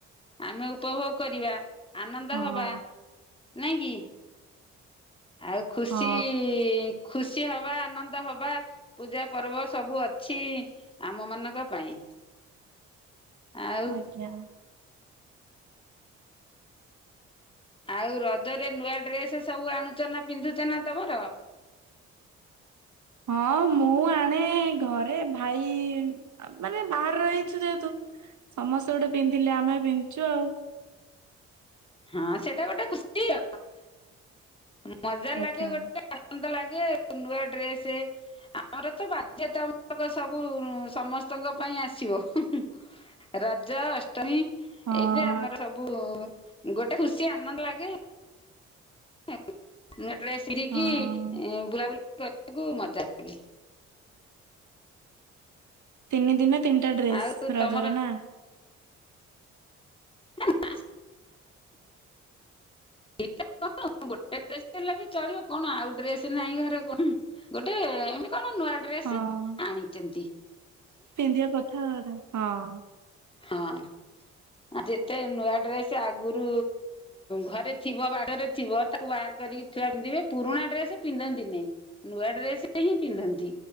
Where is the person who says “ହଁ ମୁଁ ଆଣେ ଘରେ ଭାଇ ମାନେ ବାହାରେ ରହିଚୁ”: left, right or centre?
Right